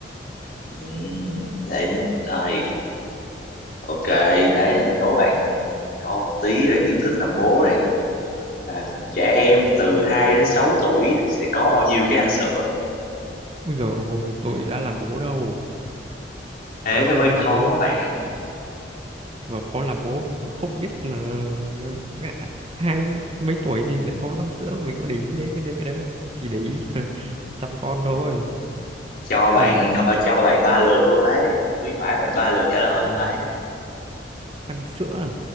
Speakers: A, on the left; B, on the right.
A: ừ, để rồi ok thế đố bạn câu một tí về kiến thức làm bố này là trẻ em từ 2 đến 6 tuổi sẽ có bao nhiêu cái răng sữa
B: Ui dồi ôi tôi đã là bố đâu
A: thế
B: mà
A: nó mới
B: có là
A: khó
B: bố
A: bạn
B: mà có là bố thì cũng không biết là à, hai mấy tuổi thì lại có răng sữa mình có để ý đấy cái đấy cái đấy đâu chỉ để ý là <laughs> chăm con thôi
A: thế cho bạn
B: ừ.
A: coi cho bạn ba lượt luôn ấy quý mãi bạn ba lượt trả lời
B: bằng
A: luôn ấy
B: răng sữa